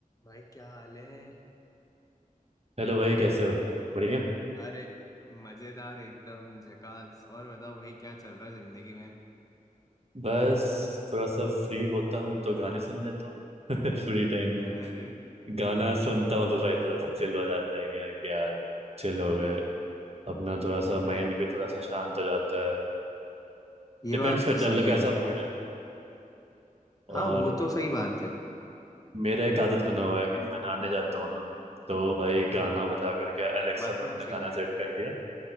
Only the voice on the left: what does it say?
भाई क्या हाल है
अरे मजेदार एकदम झकास और बताओ भाई क्या चल रहा है जिंदगी में
अरे
भाई,
भाई
ये
ये
बात
तो सही
है
भाई
हाँ वो तो सही बात है
अरे
बाथरूम
सिंगर